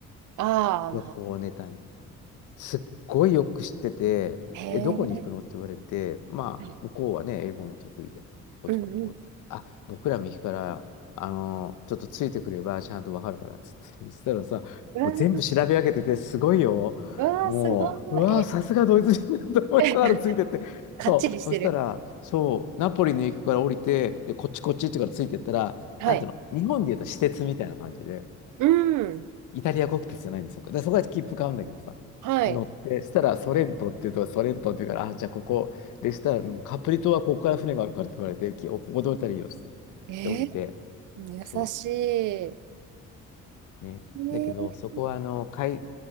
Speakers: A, on the right (about 85°); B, on the left (about 80°).
A: ああ、
B: 旅行ネタに。
A: まあ、
B: すっごいよく知ってて、
A: へ
B: え、どこに行くのって言われて、
A: え。
B: まあ、
A: う
B: 向こうはね、英語も得意で、ポトポトポトあ、
A: んうん。
B: 僕ら右から、あの、ちょっとついてくればちゃんとわかるからっつって、<laughs> そしたらさ、
A: うわー、
B: もう全部調べ上げてて、すごいよ。
A: うわー、
B: もう、
A: すごい。
B: うわー、
A: え、
B: さすがドイツ人だと思いながらついてって。
A: <laughs> かっちりしてる。
B: そう、そしたら、そう、ナポリの駅から降りて、で、こっちこっちってからついてったら、
A: はい。
B: なんていうの、日本で言うと私鉄みたいな感じで、
A: うん。
B: イタリア国鉄じゃないんですよ。だからそこは切符買うんだけどさ。
A: はい。
B: 乗って、したらソレントっていうとこソレントっていうから、あ、じゃあここでしたら、うんカプリ島はここから船があるからって言われて、きおここで降りたらいいよっつって。
A: えー
B: で、降りて、
A: 優しい。
B: そ
A: え
B: う。ね。
A: ー
B: だけど、そこはあの、海、